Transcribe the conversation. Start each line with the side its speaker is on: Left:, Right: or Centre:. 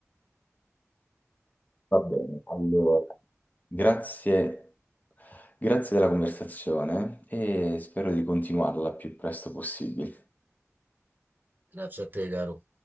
Left: Va bene, allora, grazie, grazie della conversazione e spero di continuarla il più presto possibile.
Right: Grazie a te, caro.